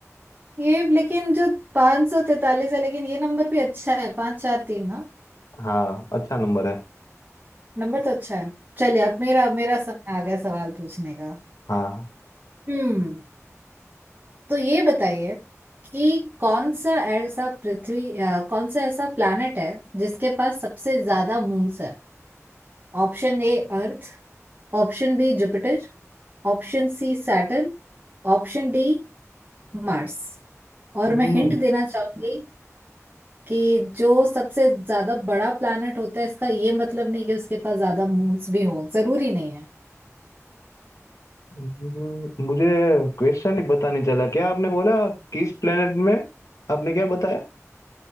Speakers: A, on the right; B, on the left.
A: ये लेकिन जो पाँच सौ तैतालीस है लेकिन ये नंबर भी अच्छा है पाँच चार तीन ना।
B: हाँ अच्छा नंबर है
A: नंबर तो अच्छा है चलिए अब मेरा मेरा समय आ गया सवाल पूछने का
B: हाँ
A: हम्म तो ये बताइए कि कौन सा ऐसा पृथ्वी अ, कौन सा ऐसा प्लैनेट है जिसके पास सबसे ज्यादा मून्स है Option A earth option B Jupiter option C Saturn option D Mars और
B: हम्म,
A: मैं हिंट देना चाहूंगी कि जो सबसे ज्यादा बड़ा प्लैनेट होता है इसका ये मतलब नहीं कि उसके पास ज्यादा मून्स भी हो जरूरी नहीं है
B: हम्म, मुझे क्वेश्चन ही पता नहीं चला क्या आपने बोला किस प्लेनेट में आपने क्या बताया